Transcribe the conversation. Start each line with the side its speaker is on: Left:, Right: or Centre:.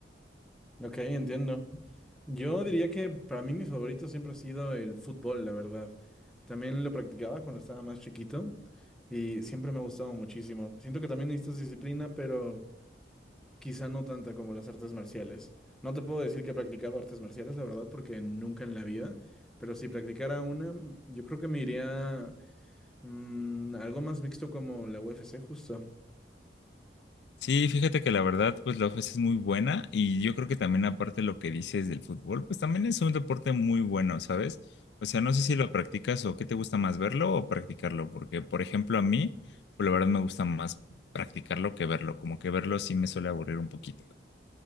Centre: Ok, entiendo. Yo diría que para mí mi favorito siempre ha sido el fútbol, la verdad. También lo practicaba cuando estaba más chiquito y siempre me ha gustado muchísimo. Siento que también necesitas disciplina, pero quizá no tanta como las artes marciales. No te puedo decir que he practicado artes marciales, la verdad, porque nunca en la vida, pero si practicara una, yo creo que me iría... Mm, algo más mixto como la UFC, justo.
Left: Sí, fíjate que la verdad, pues la ofensa es muy buena y yo creo que también aparte lo que dices del fútbol, pues también es un deporte muy bueno, ¿sabes? O sea, no sé si lo practicas o qué te gusta más verlo o practicarlo, porque por ejemplo a mí, pues la verdad me gusta más practicarlo que verlo, como que verlo sí me suele aburrir un poquito.